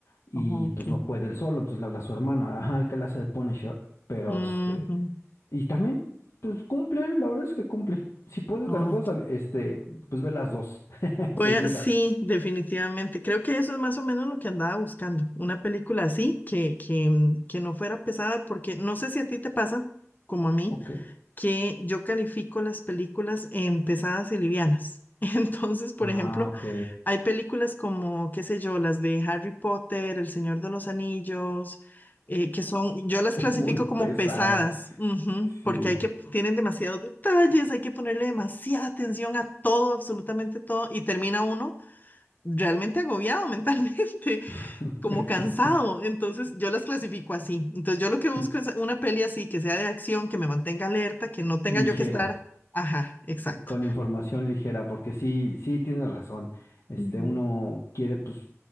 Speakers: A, on the left; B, on the left.
A: y
B: Oh,
A: pues
B: ok.
A: no puede él solo, entonces le habla a su hermano, ajá, el que le hace de Punisher, pero
B: Ujú.
A: este, y también, pues cumple, la verdad es que cumple. Si puedes,
B: Oh.
A: cuando puedes, a- este, pues ve las dos <laughs>
B: Voy
A: seguidas,
B: a, sí, definitivamente. Creo que eso es más o menos lo que andaba buscando. Una película así, que, que, mm, que no fuera pesada, porque no sé si a ti te pasa, como a mí.
A: ¿ok?
B: que yo califico las películas en pesadas y livianas. <laughs> Entonces, por
A: Ah,
B: ejemplo,
A: ok.
B: hay películas como, qué sé yo, las de Harry Potter, El Señor de los Anillos, eh, que son, yo
A: <laughs>
B: las clasifico
A: Muy pesadas.
B: como pesadas, ujú, porque
A: Sí.
B: hay que, tienen demasiados detalles, hay que ponerle demasiada atención a todo, absolutamente todo, y termina uno realmente agobiado <laughs> mentalmente
A: <laughs>
B: como cansado. Entonces yo las clasifico así. Entonces yo lo que busco
A: Sí,
B: es una peli así, que sea de acción, que me mantenga alerta, que no tenga
A: ligera.
B: yo que estar. Ajá, exacto.
A: con información ligera, porque sí, sí tienes razón. Este,
B: Ujú.
A: uno quiere pues,